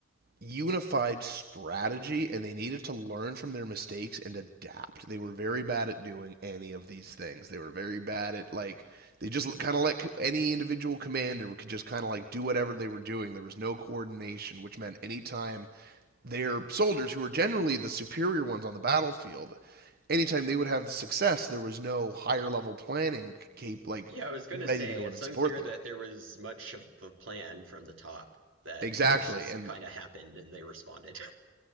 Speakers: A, on the right (about 50°); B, on the right (about 85°).
A: unified strategy and they needed to learn from their mistakes and adapt. They were very bad at doing any of these things. They were very bad at like they just kind of let any individual commander could just kind of like do whatever they were doing. There was no coordination, which meant anytime their soldiers who were generally the superior ones on the battlefield, anytime they would have success, there was no higher level planning like
B: yeah, I was gonna
A: ready
B: say
A: to go
B: it's
A: in and
B: unclear
A: support them.
B: that there was much of a plan from the top. That
A: Exactly.
B: things just
A: And
B: kind of happened and they responded.